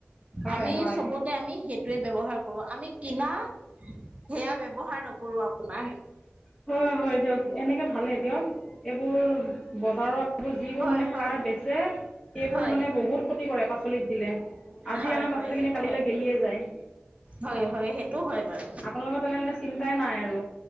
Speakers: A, on the left; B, on the right.
A: হয়
B: আমি
A: হয়
B: চবতে আমি সেইটোৱে ব্যৱহাৰ কৰো আমি কিনা, সেয়া ব্যৱহাৰ নকৰো আপোনাৰ।
A: হয় হয় দিয়ক এনেকে ভালেই দিয়ক, এইবোৰ ব বজাৰত যিবোৰ
B: হয়
A: মানে সাৰ
B: হয়
A: বেচে, সেইবোৰ
B: হয়
A: মানে বহুত ক্ষতি কৰে পাচলিত দিলে। আজি
B: হয়
A: আনা
B: হয়
A: পাচলি
B: সেইটো
A: খিনি কালিলৈ
B: হয়
A: গেলিয়ে যায়।
B: হয় হয় সেইটো হয় বাৰু।
A: আপোনালোকৰ তেনেহ'লে চিন্তাই নাই আৰু,